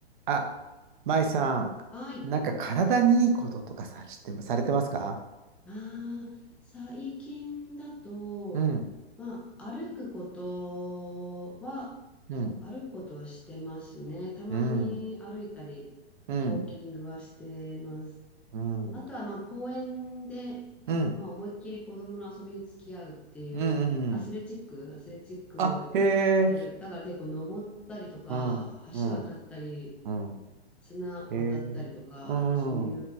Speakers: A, on the right (about 50°); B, in the centre.
A: あ、舞さん、
B: はい。
A: なんか体にいいこととかさ、知ってま、されてますか
B: ああ、最近だと、
A: うん、
B: まあ、歩くことは、
A: うん、
B: 歩くことはしてますね。たまに歩いたり、
A: うん、うん、
B: ウォーキングはしてます。
A: うん、
B: あとは、
A: うん、
B: まあ、公園で、
A: うん、
B: まあ、思いっきり子供の遊びに付き合うっていう、
A: うん。
B: アスレチック、
A: うん
B: アスレチックをやる。
A: あ、へえ。
B: だから結構登ったりとか、
A: うん、うん、
B: 橋渡ったり、
A: うん。
B: 綱渡ったりとか、
A: へえ。うん。
B: なんかそうい